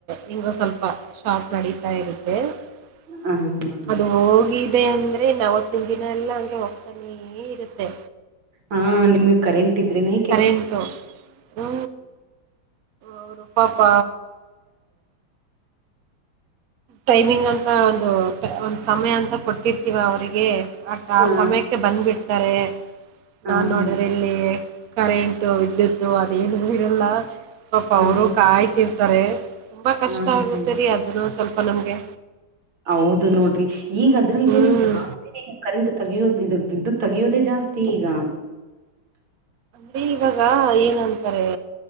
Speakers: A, on the right; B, on the right.
A: ಹಿಂಗೊ ಸ್ವಲ್ಪ ಶಾಪ್ ನಡೀತಾ ಇರುತ್ತೆ. <unintelligible>
B: ಹ ಹ್ಮ್
A: ಅದು ಹೋಗಿ. <unintelligible> ಅದೆ ಅಂದ್ರೆ ಅವತ್ತಿನ ದಿನ ಎಲ್ಲಾ ಹಂಗೆ ಹೋಗ್ತಾನೆ ಇರುತ್ತೆ
B: ಹಾ ನಿಮ್ಗೆ ಕರೆಂಟ್ ಇದ್ರೆನೇ
A: ಕರೆಂಟು ಹೂ ಅವರು ಪಾಪ್ ಟೈಮಿಂಗ್ ಅಂತ ಒಂದು ಸಮಯ ಅಂತ ಕೊಟ್ಟಿರ್ತೀವಾ ಅವರಿಗೆ ಆ
B: ಹ
A: ಸಮಯಕ್ಕೆ ಬಂದ್ಬಿಡ್ತಾರೆ
B: ಹ
A: ನಾನ ನೋಡಿದ್ರೆ ಇಲ್ಲಿ ಕರೆಂಟು ವಿದ್ಯುತ್ ಅದೇನು ಇರಲ್ಲಾ ಪಾಪ
B: ಹ
A: ಅವರು
B: ಹ
A: ಕಾಯ್ತಿರ್ತಾರೆ ತುಂಬಾ ಕಷ್ಟ
B: ಹ
A: ಆಗುತ್ತೆ
B: ಹ
A: ರೀ ಅದನ್ನು ಸ್ವಲ್ಪ ನಮಗೆ
B: ಹೌದು ನೋಡ್ರಿ ಈಗ ಅದ್ರಲ್ಲಿ
A: ಹ್ಮ್
B: ಬೇರೆ ಜಾಸ್ತಿ ಕರೆಂಟ್ ತೆಗಿಯೋದು ಬಿಡು ಬಿದು ತೆಗಿಯೋದೇ ಜಾಸ್ತಿ ಈಗಾ
A: ರೀ ಇವಾಗ ಏನಂತಾರೆ